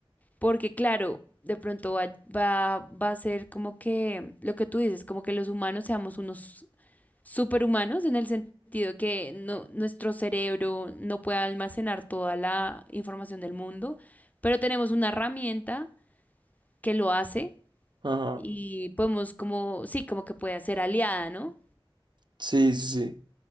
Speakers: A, on the left; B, on the right.
A: porque claro, de pronto va, va, va a ser como que lo que tú dices, como que los humanos seamos unos superhumanos en el sentido que no, nuestro cerebro no puede almacenar toda la información del mundo, pero tenemos una herramienta que lo hace
B: Ajá.
A: y podemos como, sí, como que puede ser aliada, ¿no?
B: Sí, sí,